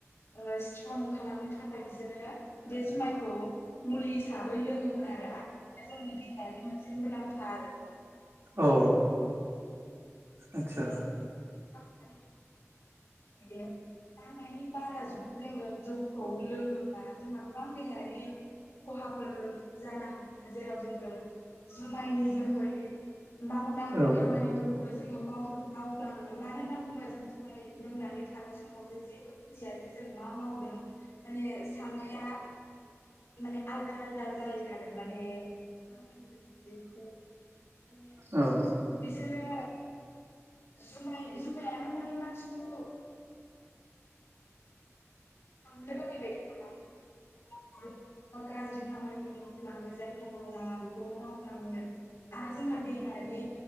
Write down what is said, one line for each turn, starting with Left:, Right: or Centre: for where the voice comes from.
Left: ओ स्ट्रं खालामनो थाखाय बिसोरो बे जुमायखौ मुलि हिसाबै लोङोमोन आरो आरो बिनो जोंनि देहायारि मोनसे मुलाम्फा आरो
Right: औ आतसा
Left: माने बिदिनो नांनायनि बारा जुदि जोङो जौखौ लोङोब्ला जोंहा गोबां देहायारि खहाफोर जानो हायो जेराव जोङो जुमायनि जोहै मावनाङै
Right: औ
Left: खामानिफोरखौ बो जों मावफ्लाङो मानो होनना बुङोब्ला जों जुमाय लोंनानै थानाय समाव जों जेबो मोनथियाजे जों मा मावदों माने साननाया माने आलदा आलदा जायो आरो माने मा होनगोन बिदिखौ मान
Right: औ
Left: बिसोरो जुमाय जुमायाबो माने मानसिखौ साननो रोङै बायदि खालामो गाज्रि खामानिखौ मावफ्लाङो जायखौ मावनाङा बेखौबो मावफ्लाङो। आरो जोंहा बेबायदि